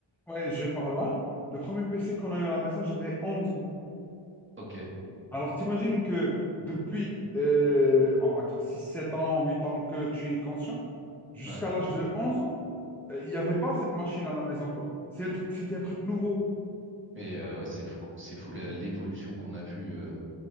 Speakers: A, in the centre; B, on the right.
A: Ouais, je parle par loin. Le premier PC qu'on a eu à la maison, j'avais 11 ans.
B: Ok.
A: Alors, t'imagines que depuis, euh, on va dire six, sept ans, 8 ans que tu es conscient, jusqu'à
B: Ouais.
A: l'âge de 11 ans, euh, il n'y avait pas cette machine à la maison, quoi. C'est- C'était un truc nouveau.
B: Et euh, ouais, c'est fou, c'est fou la- l'évolution qu'on a vue euh,